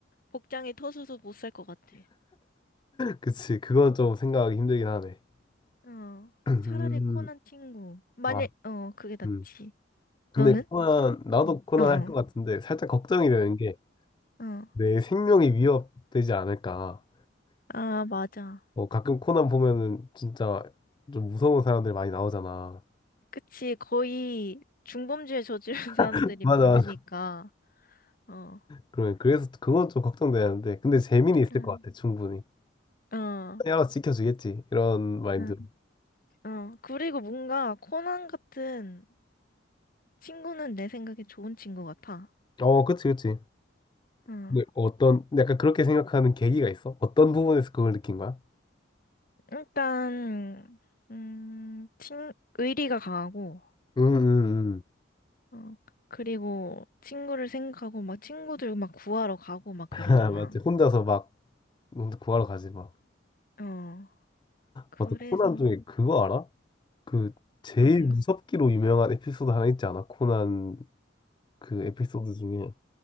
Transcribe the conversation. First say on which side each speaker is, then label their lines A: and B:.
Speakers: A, on the left; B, on the left.
A: 복장이 터져서 못 살 것 같아.
B: 그치. 그건 좀 생각하기 힘들긴 하네.
A: 어,
B: <clears throat> 음,
A: 차라리 코난 친구. 만약,
B: 아,
A: 어, 그게 낫지.
B: 음. 근데
A: 너는?
B: 코난, 나도
A: 응
B: 코난
A: 어, 어,
B: 할 것 같은데 살짝 걱정이 되는 게
A: 어. 어.
B: 내 생명이 위협되지 않을까.
A: 아, 맞아.
B: 뭐 가끔 코난 보면은 진짜 좀 무서운 사람들 많이 나오잖아.
A: 그치, 거의 중범죄에 저지른 <laughs> 사람들이
B: <laughs> 맞아,
A: 많으니까,
B: 맞아.
A: 어,
B: 그러면 그래서 그건 좀 걱정되는데. 근데 재미는 있을
A: 응,
B: 것 같아, 충분히.
A: 어.
B: 야, 알아서 지켜주겠지. 이런 마인드로.
A: 응. 어, 그리고 뭔가 코난 같은 친구는 내 생각에 좋은 친구 같아.
B: 어, 그치, 그치.
A: 어,
B: 근데 어떤, 약간 그렇게 생각하는 계기가 있어? 어떤 부분에서 그걸 느낀 거야?
A: 일단, 음, 친, 의리가 강하고,
B: 음, 음, 음.
A: 어, 그리고 친구를 생각하고 막 친구들 막 구하러 가고 막 그러잖아.
B: <laughs> 맞지. 혼자서 막 구하러 가지 막.
A: 어, 그래서,
B: 맞다. 코난 중에 그거 알아? 그 제일
A: 어떤가?
B: 무섭기로 유명한 에피소드 하나 있지 않아? 코난 그 에피소드 중에